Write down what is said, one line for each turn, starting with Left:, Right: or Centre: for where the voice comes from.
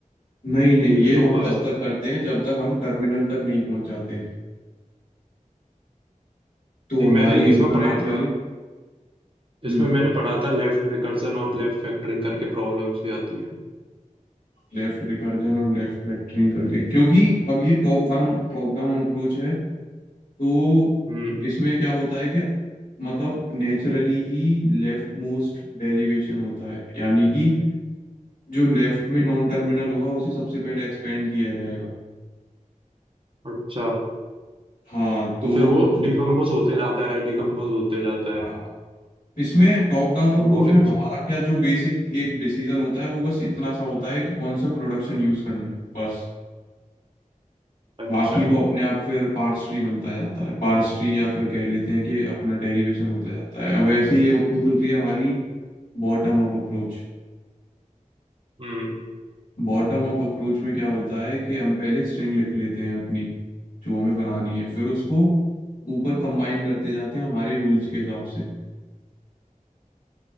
Left: नहीं नहीं
Right: ये भी
Left: ये
Right: तो
Left: हम
Right: होगा
Left: तब
Right: इसमें
Left: तक करते हैं जब तक हम टर्मिनल तक नहीं पहुंच जाते तो
Right: नहीं
Left: हमारी
Right: मैंने
Left: इनफाइनाइट
Right: इसमें पढ़ा था
Left: वाली हम्म
Right: इसमें मैंने पढ़ा था लेफ्ट रिकर्सन और लेफ्ट फैक्टरिंग करके प्रॉब्लम्स भी आती हैं
Left: लेफ्ट रिकर्जन और लेफ्ट फैक्टरिंग करके क्योंकि अब ये टॉप डाउन टॉप डाउन अप्रोच है तो
Right: हम्म
Left: इसमें क्या होता है कि मतलब नेचुरली ही लेफ्ट मोस्ट डेरिवेशन होता है यानी कि जो लेफ्ट में नॉन टर्मिनल होगा उसे सबसे पहले एक्सपेंड किया जाएगा
Right: अच्छा
Left: हाँ तो
Right: तो फिर वो डिकम्पोज होते जाता है डिकम्पोज होते जाता
Left: हाँ
Right: है
Left: इसमें टॉप डाउन
Right: और
Left: अप्रोच
Right: वो
Left: में
Right: inf-
Left: हमारा क्या जो बेसिक एक डिसीजन होता है वो बस इतना सा होता है कि कौन सा प्रोडक्शन यूज करना है बस
Right: अच्छा
Left: बाकी वो अपने आप फिर पार्स ट्री बनता जाता है पार्स ट्री या फिर कह लेते हैं कि अपना डेरिवेशन होता जाता है अब ऐसे ही एक अप्रोच होती है हमारी bottom up approach
Right: हम्म
Left: Bottom up approach में क्या होता है कि हम पहले स्ट्रिंग लिख लेते हैं अपनी जो हमें बनानी है फिर उसको ऊपर कंबाइन करते जाते हैं हमारे रूल्स के हिसाब से